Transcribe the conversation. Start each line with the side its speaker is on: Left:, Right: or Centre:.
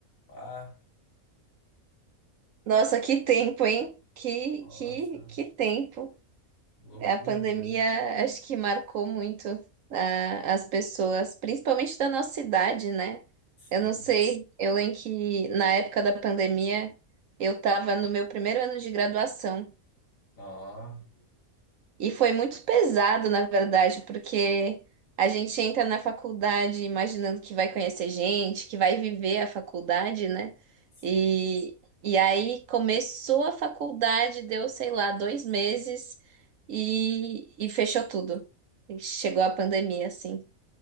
Left: Ah,
Right: Nossa, que tempo, hein? Que,
Left: nossa,
Right: que, que tempo.
Left: loucura,
Right: A pandemia
Left: né?
Right: acho que marcou muito a- as pessoas, principalmente da nossa idade, né?
Left: Sim.
Right: Eu não sei, eu lembro que na época da pandemia eu estava no meu primeiro ano de graduação
Left: Ó,
Right: e foi muito pesado, na verdade, porque a gente entra na faculdade imaginando que vai conhecer gente, que vai viver a faculdade, né?
Left: sim.
Right: E, e aí começou a faculdade, deu, sei lá, dois meses e, e fechou tudo. E Chegou a pandemia, assim.